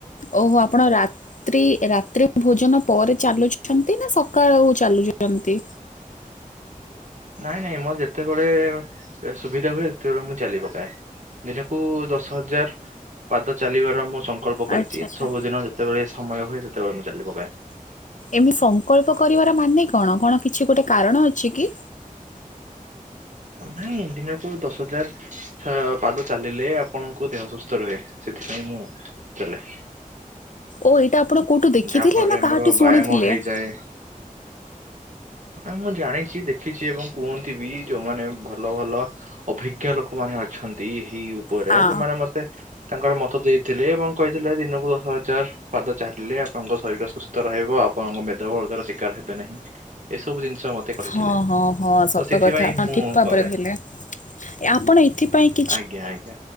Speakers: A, on the left; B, on the right.
A: ଓହ ଆପଣ ରା ରାତ୍ରି ରାତ୍ରି ଭୋଜନ ପରେ ଚାଲୁଛନ୍ତି ନା ସକାଳୁ ଚାଲୁଛନ୍ତି।
B: ନାଇଁ ନାଇଁ ମୋର ଯେତେବେଳେ ସୁବିଧା ହୁଏ ସେତେବେଳେ ମୁଁ ଚାଲି ପକାଏ। ଦିନକୁ ଦଶ ହଜାର ପାଦ ଚାଲିବାର ମୋ ସଂ ପ୍ରକଳ୍ପ କରିଛି
A: ଆଚ୍ଛା ଆଚ୍ଛା
B: ସବୁଦିନ ଯେତେବେଳେ ସମୟ ହୁଏ ସେତେବେଳେ ମୁଁ ଚାଲି ପକାଏ।
A: ଏମିତି ସଂକଳ୍ପ କରିବାର ମାନେ କଣ କଣ କିଛି ଗୋଟେ କାରଣ ଅଛି କି।
B: ନାଇଁ ଦିନକୁ ଦଶ ହଜାର- ପାଦ ଚାଲିଲେ ଆପଣଙ୍କୁ ଦେହ ସୁସ୍ଥ ରୁହେ ସେଥିପାଇଁ ମୁଁ ଚାଲେ।
A: ଓ ଏଇଟା ଆପଣ କୋଉଠୁ ଦେଖିଥିଲେ
B: ଯାହା ଫଳରେ
A: ନା
B: ଆମର
A: କାହାଠୁ ଶୁଣିଥିଲେ।
B: ବ୍ୟାୟାମ ହେଇଯାଏ ନା ମୁଁ ଜାଣିଛି ଦେଖିଛି ଏବଂ କୁହନ୍ତି ବି ଯୋଉମାନେ ଭଲ ଭଲ ଅଭିଜ୍ଞ ଲୋକମାନେ ଅଛନ୍ତି ଏହି ଉପରେ
A: ହଁ
B: ସେମାନେ ମତେ ତାଙ୍କର ମତ ଦେଇଥିଲେ ଏବଂ କହିଥିଲେ ଦିନକୁ ଦଶ ହଜାର ପାଦ ଚାଲିଲେ ଆପଣଙ୍କ ଶରୀର ସୁସ୍ଥ ରହିବ ଆପଣଙ୍କ ମେଦ ବହୁଳ ତାର ଶିକାର ହେବେ ନାହିଁ। ଏସବୁ ଜିନିଷ ମତେ କହିଥିଲେ
A: ହଁ ହଁ ହଁ ସତ
B: ତ ସେଥିପାଇଁ
A: କଥା ଆପଣ
B: ମୁଁ
A: ଠିକ ଭାବରେ
B: କରେ
A: କହିଲେ। ଆପଣ ଏଥିପାଇଁ କିଛି
B: ଜ୍ଞା ଆଜ୍ଞା।